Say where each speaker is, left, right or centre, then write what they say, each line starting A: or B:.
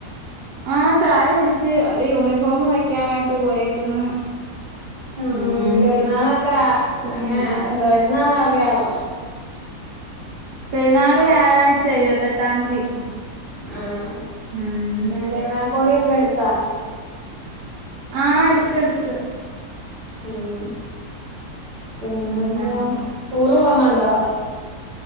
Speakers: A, on the right; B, on the right.
A: ആഹ് ചായ കുടിച്ച്, യൂണിഫോം തയ്ക്കാനായിട്ട് പോയേക്കുന്നു
B: ഹൂം
A: ഉം
B: പെരുന്നാളൊക്ക
A: പിന്നെ
B: അങ്ങന എന്തോ എന്നാന്നറിയാവോ?
A: പെരുന്നാള് വ്യാഴാഴ്ച ഇരുപത്തെട്ടാം തീ
B: ആഹ്
A: ഉം
B: പെരുന്നാൾ കോടിയൊക്കെ എടുത്താ
A: ആഹ് എടുത്ത് എടുത്ത്
B: ഉം പിന്നെന്തുവാ
A: പിന്നെ
B: ടൂറ് പോവുന്നുണ്ടോ